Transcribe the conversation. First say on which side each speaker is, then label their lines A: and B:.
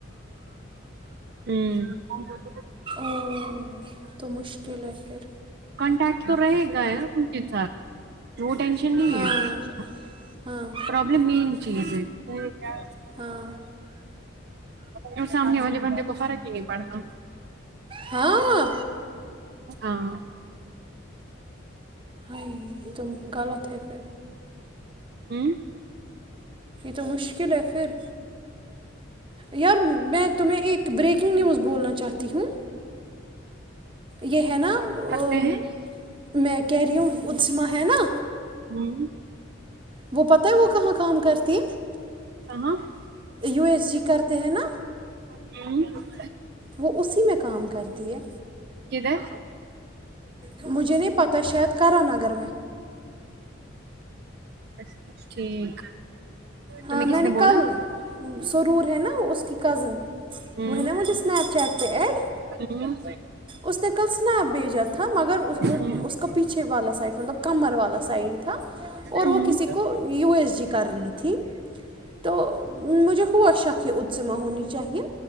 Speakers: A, on the right (about 50°); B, on the right (about 25°).
A: ہوں
B: ا تو مشکل پھر
A: کانٹیکٹ تو رہے گا ہے ان کے ساتھ وہ ٹینشن نہیں
B: ہاں
A: ہے
B: ہاں
A: پرابلم مین چیز ہے کیا
B: ہاں
A: اور سامنے والے بندے کو فرق ہی نہیں پڑتا
B: ہاں
A: ہاں
B: ہ تم غلط اٹتھے پھر
A: ہوں
B: یہ تو مشکل ہے پھر یار میں تمہیں ایک بریکنگ نیوز بولنا چاہتی ہوں یہ ہے نا ا
A: کرتے ہیں
B: میں کہہ رہی ہوں ازمہ ہے نا
A: ہوں
B: وہ پتا ہے وہ کہاں کام کرتی ہے
A: کہاں
B: یو ایس جی کرتا د نا
A: ہوں
B: وہ اسی میں کام کرتی ہے
A: کدھر
B: مجھے نہیں پتا شاید کر نہ گرمی
A: اچا ٹھیک
B: ہاں
A: تمہیں کس
B: میں نے کل
A: بولا
B: سرور ہے نا اس کی کزن
A: ہوں
B: وہ نا مجھے سنیپ چیٹ پہ ایڈ
A: ہوں ہوں
B: اس نے کل سنیپ بھیجا تھا مگر
A: ہوں ہوں ہوں
B: اس کا پیچھے والا سائڈ مطلب کمر والا سائڈ تھا اور
A: ہوں
B: وہ کسی کو یو ایس جی کر رہی تھی تو مجھے ہووا شک یہ اتسما ہونی چاہیے